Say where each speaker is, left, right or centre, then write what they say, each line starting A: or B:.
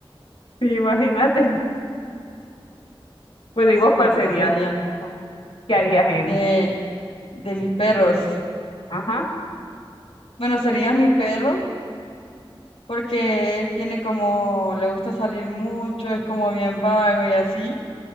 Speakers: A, on the left; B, on the left.
A: sí, imagínate. Bueno,
B: Sí,
A: ¿y vos cuál
B: entonces
A: sería?
B: sería
A: ¿Qué harías en?
B: de, de mis perros.
A: Ajá.
B: Bueno, sería mi perro, porque él tiene como, le gusta salir mucho, es como bien vago y así.